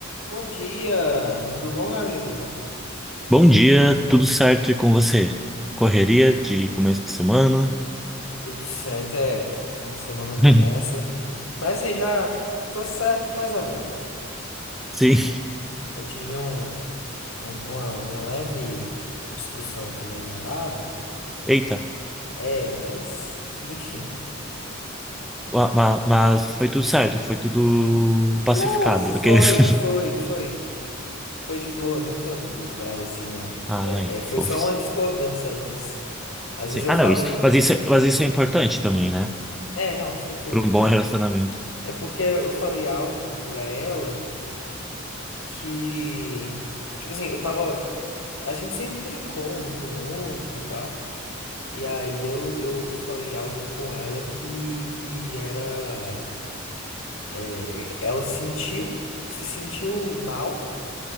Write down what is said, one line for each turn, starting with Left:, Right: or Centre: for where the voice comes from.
Left: Bom dia, tudo bom, meu amigo?
Centre: Bom dia, tudo certo e com você? Correria de começo de semana?
Left: Tudo certo, é. Como a semana começa.
Centre: <laughs>
Left: Mas assim, já tô certo mais ou menos, assim.
Centre: Sim,
Left: Eu tive um, uma, uma- uma leve discussão com a minha namorada.
Centre: eita,
Left: É, mas enfim.
Centre: ma- ma- mas foi tudo certo, foi tudo pacificado.
Left: Não, foi,
Centre: Aqueles.
Left: foi, foi. Foi de boa, nunca briguei com ela assim, não.
Centre: <laughs> Ai,
Left: É, é, foi
Centre: fofos.
Left: só uma discordância às vezes. Às
Centre: Sim.
Left: vezes eu
Centre: Ah,
Left: falei.
Centre: não, isso. Mas isso, é- mas isso é importante também, né?
Left: É, não, certeza.
Centre: Para um bom relacionamento.
Left: É porque eu falei algo pra ela. que, tipo assim, eu tava, a gente sempre brincou um com o outro e tal. E aí eu, eu, eu falei algo com ela que, que era, é, ela sentiu, se sentiu mal,